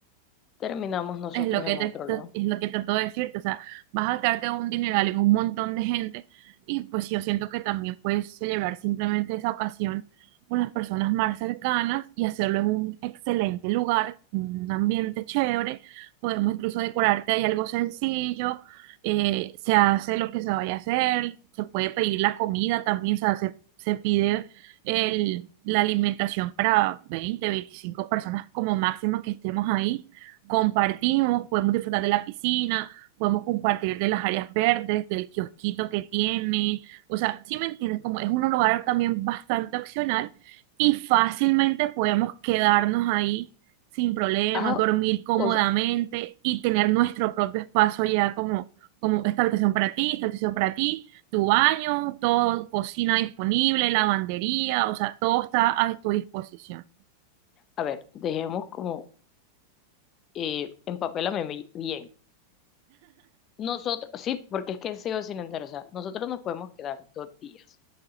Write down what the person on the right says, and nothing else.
Es lo que
te,
te-
es lo que trato de decirte, o sea, vas a gastarte un dineral en un montón de gente y pues yo siento que también puedes celebrar simplemente esa ocasión con las personas más cercanas y hacerlo en un excelente lugar, un ambiente chévere, podemos incluso decorarte ahí algo sencillo, eh, se hace lo que se vaya a hacer, se puede pedir la comida también, o sea, se, se pide el- la alimentación para 20 25 personas como máximo que estemos ahí compartimos, podemos disfrutar de la piscina, podemos compartir de las áreas verdes, del kiosquito que tiene, o sea, si me entiendes, como es un lugar también bastante opcional y fácilmente podemos quedarnos ahí sin problemas,
dormir cómodamente
y tener nuestro propio espacio ya como, como esta habitación para ti, esta habitación para ti, tu baño, todo, cocina disponible, lavandería, o sea, todo está a tu disposición.